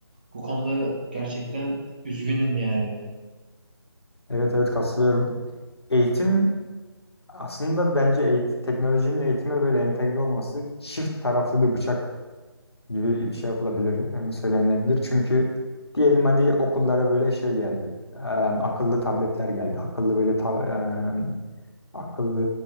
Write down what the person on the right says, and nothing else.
Bu konuda gerçekten üzgünüm yani.